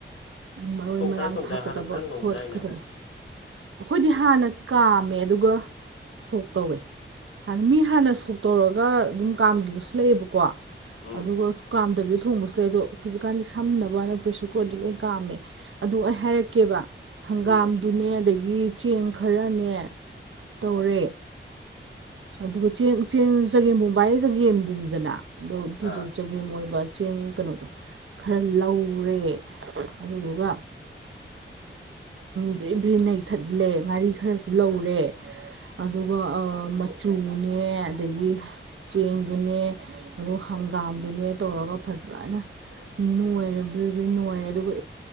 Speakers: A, on the right (about 70°); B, on the left (about 85°).
A: ꯃꯔꯣꯏ
B: ꯁꯣꯛ
A: ꯃꯔꯥꯡ
B: ꯈꯔ ꯇꯧꯗꯥꯏ
A: ꯊꯥꯛꯀꯗꯕ
B: ꯍꯥꯟꯅ ꯈꯔ ꯉꯧꯗꯥꯏꯅꯦ
A: ꯈꯣꯠꯀꯗꯕ ꯑꯩꯈꯣꯏꯗꯤ ꯍꯥꯟꯅ ꯀꯥꯝꯃꯦ ꯇꯝꯃꯦ ꯑꯗꯨꯒ ꯁꯣꯛ ꯇꯧꯋꯦ ꯥꯟꯅ ꯃꯤ ꯍꯥꯟꯅ ꯁꯣꯛ ꯇꯧꯔꯒ ꯑꯗꯨꯝ ꯀꯥꯝꯈꯤꯕꯁꯨ ꯂꯩꯑꯕꯀꯣ ꯀꯣ
B: ꯎꯝ
A: ꯑꯗꯨꯒ ꯀꯥꯝꯗꯕꯤꯗ ꯊꯣꯡꯕꯁꯨ ꯂꯩ ꯑꯗꯣ ꯍꯧꯖꯤꯛꯀꯥꯟꯗꯤ ꯁꯝꯅꯕꯅ ꯄ꯭ꯔꯦꯁꯔ ꯀꯨꯀꯔꯗꯣ ꯂꯣꯏꯅ ꯀꯥꯝꯃꯦ ꯑꯗꯨ ꯑꯩ ꯍꯥꯏꯔꯛꯀꯦꯕ ꯍꯪꯒꯥꯝꯗꯨꯅꯦ
B: ꯎꯝ
A: ꯑꯗꯒꯤ ꯆꯦꯡ ꯈꯔꯅꯦ ꯇꯧꯔꯦ ꯑꯗꯨꯒ ꯆꯦꯡ ꯆꯦꯡ ꯆꯒꯦꯝ ꯄꯣꯕꯥꯌꯦ ꯆꯒꯦꯝꯗꯨꯅꯤꯗꯅ ꯑꯗꯣ ꯑꯗꯨꯗꯣ
B: ꯑꯥ
A: ꯆꯒꯦꯝ ꯑꯣꯏꯕ ꯆꯦꯡ ꯀꯩꯅꯣꯗꯣ ꯈꯔ ꯂꯧꯔꯦ ꯑꯗꯨꯗꯨꯒ ꯕ꯭ꯔꯤ ꯕ꯭ꯔꯤ ꯅꯩꯊꯠꯂꯦ ꯉꯥꯔꯤ ꯈꯔꯁꯨ ꯂꯧꯔꯦ ꯑꯗꯨꯒ ꯃꯆꯨ ꯆꯨꯅꯦ ꯑꯗꯒꯤ ꯆꯦꯡꯗꯨꯅꯦ ꯑꯗꯨ ꯍꯪꯒꯥꯝꯗꯨꯅꯦ ꯇꯧꯔꯒ ꯐꯖꯅ ꯅꯣꯏꯔꯦ ꯕ꯭ꯔꯤ ꯕ꯭ꯔꯤ ꯅꯣꯏꯔꯦ ꯑꯗꯨꯒ